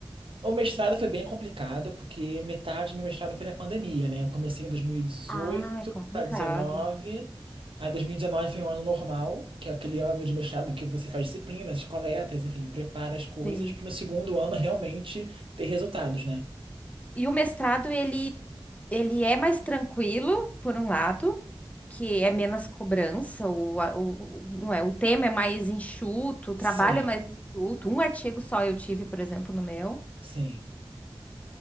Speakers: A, on the right; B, on the left.
A: O mestrado foi bem complicado, porque metade do meu mestrado foi na pandemia, né? Eu comecei em 2018
B: Ah, é complicado.
A: para 19. Aí 2019 foi um ano normal, que é aquele ano de mestrado que você faz disciplinas, coletas, enfim, prepara as coisas
B: Sim.
A: para no segundo ano realmente ter resultados, né?
B: E o mestrado, ele, ele é mais tranquilo, por um lado, que é menos cobrança, o, a- o, o- não é, o tema é mais enxuto, o
A: Sim,
B: trabalho é mais enxuto. Um artigo só eu tive, por exemplo, no meu.
A: sim.